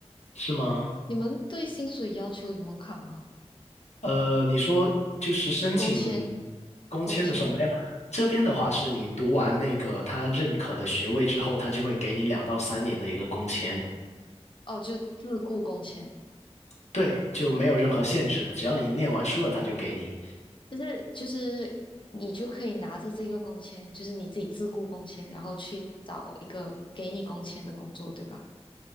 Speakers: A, on the left; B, on the left.
A: 是吗？
B: 你们对薪水要求有门槛吗？
A: 呃，你说就是申请
B: 工签，
A: 工签的时候没有，
B: 工签，
A: 这边的话是你读完那个他认可的学位之后，他就会给你两到三年的一个工签，
B: 哦，就自雇工签。
A: 对，就没有任何限制的，只要你念完书了，他就给你。
B: 就是就是你就可以拿着这个工签，就是你自己自雇工签，然后去找一个给你工签的工作，对吧？